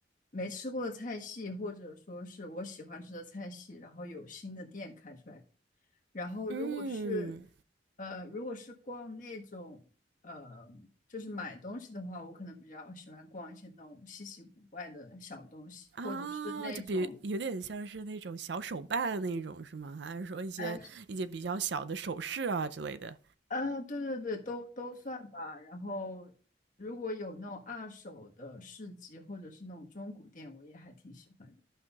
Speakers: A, on the left; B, on the right.
A: 没吃过的菜系，或者说是我喜欢吃的菜系，然后有新的店开出来。然后如果是
B: 嗯，
A: 呃，如果是逛那种呃，就是买东西的话，我可能比较喜欢逛一些那种稀奇古怪的小东西，
B: 啊，
A: 或者是那种
B: 就比有点像是那种小手办那种是吗？还是说一些一些比较小的首饰啊之类的？
A: 呃呃，对对对，都都算吧。然后如果有那种二手的市集或者是那种中古店，我也还挺喜欢的。